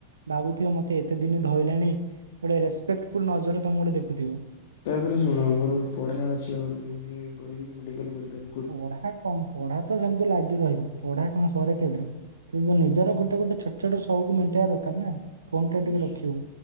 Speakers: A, on the right; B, on the left.
A: ଭାବୁଥିବ ମତେ ଏତେ ଦିନ ଧଇଲାଣି। ଗୋଟେ ରେସପେକ୍ଟଫୁଲ୍ ନଜରରେ ତମେ ଗୋଟେ ଦେଖୁଥିବ।
B: ତା ପରେ ଶୁଣ ମୋର ପଢା ଅଛି ଆହୁରି ଇଞ୍ଜିନିୟରିଂ କରିବି କି ମେଡିକାଲ୍ କରିପାରେ।
A: ପଢ଼ା କଣ ପଢ଼ା ତ ସେମିତି ଲାଗି ରହିବ ପଢ଼ା କଣ ସରେ କେବେ। କିନ୍ତୁ ନିଜର ଗୋଟେ ଗୋଟେ ଛୋଟ୍ ଛୋଟ ସଉକ୍ କୁ ମେଣ୍ଟେଇବା ଦରକାର ନା। ଫୋନ ଟା ଟିକେ
B: ସ
A: ରଖିବୁ।